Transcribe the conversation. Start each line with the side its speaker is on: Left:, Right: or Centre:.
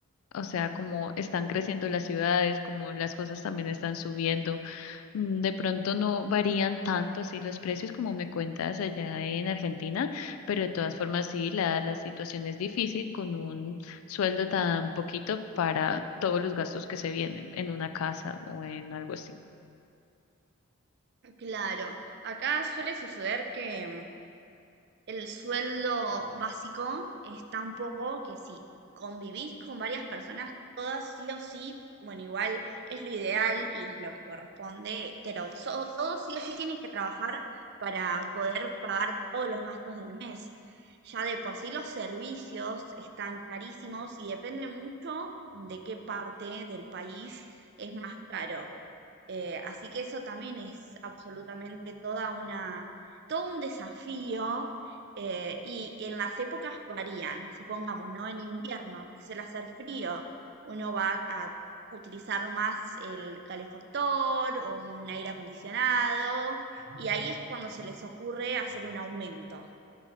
Left: o sea, como están creciendo las ciudades, como las cosas también están subiendo. Mm, De pronto no varían tanto así los precios como me cuentas allá en Argentina, pero de todas formas sí, la, la situación es difícil con un sueldo tan poquito para todos los gastos que se vienen en una casa o en algo así.
Right: Claro, acá suele suceder que El sueldo básico es tan poco que si convivís con varias personas, todas sí o sí, bueno, igual es lo ideal y es lo que corresponde, pero so- todos sí o sí tienen que trabajar para poder pagar todos los gastos del mes. Ya de por sí los servicios están carísimos y depende mucho de qué parte del país es más caro. Eh, así que eso también es absolutamente toda una, todo un desafío eh, y en las épocas varían, supongamos, ¿no? En invierno, que suele hacer frío, uno va a utilizar más el calefactor o un aire acondicionado y ahí es cuando se les ocurre hacer un aumento.